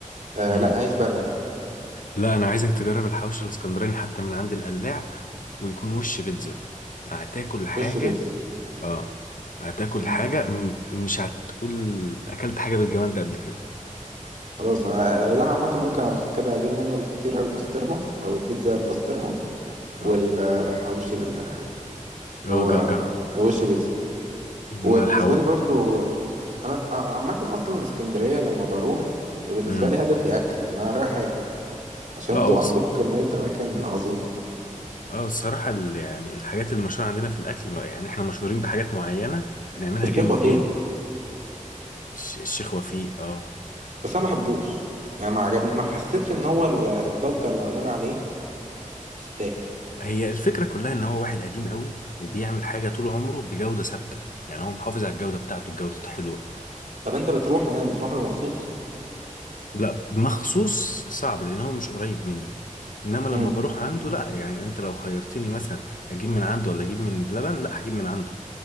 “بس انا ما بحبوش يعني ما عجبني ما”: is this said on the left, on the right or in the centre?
Right